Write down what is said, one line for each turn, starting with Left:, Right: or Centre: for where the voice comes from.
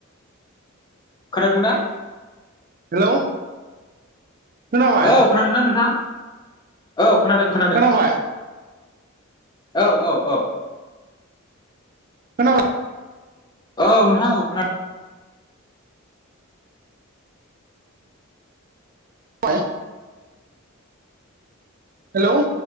Left: खोनादों ना?
Right: हेलौ खोनाबाय
Left: औ खोनादोंना नोंथां औ खोनादों खोनादों
Right: खोनाबाय
Left: औ औ औ
Right: खोना <unintelligible>
Left: औ नोंथां औ खोना
Right: <unintelligible> हेलौ